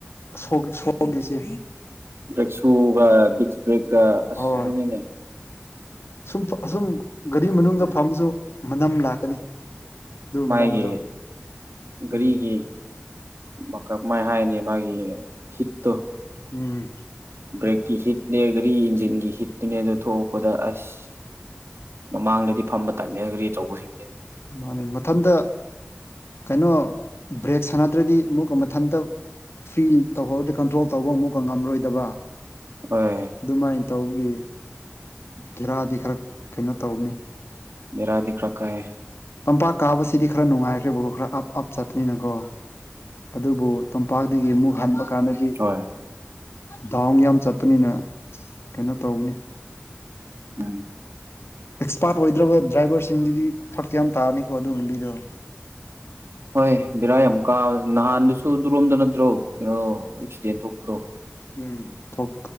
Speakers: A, on the left; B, on the right.
A: ꯁꯒꯤ <unintelligible> ꯁꯣꯒꯁꯦ
B: ꯕ꯭ꯔꯦꯛꯁꯨꯒ ꯗꯤꯁ꯭ꯕꯔꯦꯛꯒ ꯑꯁ
A: ꯍꯣꯏ
B: ꯑꯗꯨꯅꯤꯅ‌ꯦ
A: ꯁꯨꯝ ꯐ ꯑꯁꯨꯝ ꯒꯥꯔꯤ ꯃꯅꯨꯡꯗ
B: ꯎꯝ
A: ꯐꯝꯃꯁꯨ ꯃꯅꯝ ꯂꯥꯛꯀꯅꯤ ꯑꯗꯨ
B: ꯃꯥꯒꯤ
A: ꯃꯅꯝꯗꯣ
B: ꯒꯥꯔꯤꯒꯤ
A: ꯎꯝ
B: ꯃ ꯀꯃꯥꯏ ꯍꯥꯏꯅꯤ ꯃꯥꯒꯤ ꯍꯤꯠꯇꯣ
A: ꯎꯝ
B: ꯕ꯭ꯔꯦꯛꯀꯤ ꯍꯤꯠꯅꯦ ꯒꯥꯔꯤ ꯏꯟꯖꯤꯟꯒꯤ ꯍꯤꯠꯇꯨꯅꯦ ꯑꯗꯨ ꯊꯣꯛꯂꯛꯄꯗ ꯑꯁ ꯃꯃꯥꯡꯗꯗꯤ ꯐꯝꯕ ꯇꯥꯟꯂꯦ ꯒꯔꯤ ꯑꯆꯧꯕꯁꯤꯡꯁꯦ
A: ꯃꯥꯅꯦ ꯃꯊꯟꯇ ꯀꯩꯅꯣ ꯕ꯭ꯔꯦꯛ ꯁꯥꯟꯅꯗ꯭ꯔꯗꯤ ꯑꯃꯨꯛꯀ ꯃꯊꯟꯇ ꯐꯤꯜ ꯇꯧꯍꯧꯔꯗꯤ ꯀꯟꯇ꯭ꯔꯣꯜ ꯇꯧꯕ ꯑꯃꯨꯛꯀ ꯉꯝꯃꯔꯣꯏꯗꯕ
B: ꯍꫭꯏ
A: ꯑꯗꯨꯃꯥꯏꯅ ꯇꯧꯕꯒꯤ ꯕ‌ꯦꯔꯥꯗꯤ ꯈꯔ ꯀꯩꯅꯣ ꯇꯧꯅꯤ
B: ꯕ‌ꯦꯔꯥꯗꯤ ꯈꯔ ꯀꯥꯏꯌ‌ꯦ
A: ꯇꯝꯄꯥꯛ ꯀꯥꯕꯁꯤꯗꯤ ꯈꯔ ꯅꯨꯡꯉꯥꯏꯈ꯭ꯔꯦꯕꯀꯣ ꯈꯔ ꯑꯞ ꯑꯞ ꯆꯠꯄꯅꯤꯅꯀꯣ ꯑꯗꯨꯕꯨ ꯇꯝꯄꯥꯛꯇꯒꯤ ꯑꯃꯨꯛ ꯍꯟꯕ ꯀꯥꯟꯗꯗꯤ
B: ꯍꯣꯏ
A: ꯗꯥꯎꯟ ꯌꯥꯝ ꯆꯠꯄꯅꯤꯅ ꯀꯩꯅꯣ ꯇꯧꯕꯅꯤ
B: ꯎꯝ
A: ꯑꯦꯛꯁꯄꯥꯔꯠ ꯑꯣꯏꯗ꯭ꯔꯕ ꯗ꯭ꯔꯥꯏꯚꯔꯁꯤꯡꯒꯤꯗꯤ ꯐꯔꯛ ꯌꯥꯝ ꯇꯥꯅꯤꯀꯣ ꯑꯗꯨ ꯅꯨꯕꯤꯗꯣ
B: ꯍꯣꯏ ꯕꯦꯔꯥ ꯌꯥꯝ ꯀꯥ ꯅꯍꯥꯟꯗꯨꯁꯨ ꯑꯗꯨꯔꯣꯝꯗ ꯅꯠꯇ꯭ꯔꯣ ꯀꯩꯅꯣ ꯑꯦꯛꯁꯤꯗꯦꯟ ꯊꯣꯛꯄꯗꯣ
A: ꯎꯝ ꯊꯣꯛ